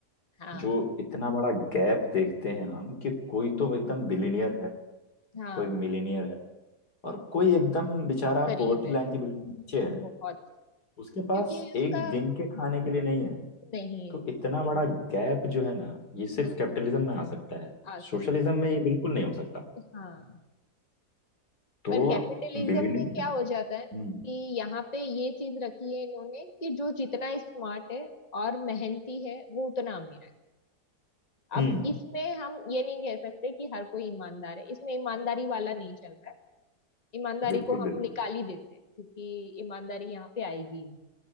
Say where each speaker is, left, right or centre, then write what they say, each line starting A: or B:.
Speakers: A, on the left; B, on the left.
A: हाँ
B: जो इतना बड़ा गैप देखते हैं हम कि कोई
A: हम्म,
B: तो एकदम बिलीनियर है
A: हाँ
B: कोई मिलीनियर है और कोई एकदम बेचारा
A: गरीब
B: पोवर्टी
A: है
B: लाइन के बिल्कुल नीचे है
A: बहुत
B: उसके पास
A: क्योंकि
B: एक
A: उसका
B: दिन
A: हम्म,
B: के खाने के लिए नहीं है
A: नहीं
B: तो
A: है
B: इतना बड़ा गैप जो है ना ये सिर्फ
A: हम्म
B: कैपिटलिज्म में आ सकता है
A: आ सकता
B: सोशलिज्म
A: है
B: में ये बिल्कुल नहीं हो सकता
A: तो हाँ
B: तो
A: पर कैपिटलिज्म
B: बिलीनियर
A: में क्या हो जाता
B: हम्म
A: है ना कि यहाँ पे ये चीज रखी है इन्होंने कि जो जितना स्मार्ट है और मेहनती है वो उतना अमीर है अब
B: हम्म,
A: इसमें हम ये नहीं कह सकते कि हर कोई ईमानदार है इसमें ईमानदारी वाला नहीं चल रहा है ईमानदारी
B: बिल्कुल
A: को हम
B: बिल्कुल
A: निकाल ही देते हैं क्योंकि ईमानदारी यहाँ पे आएगी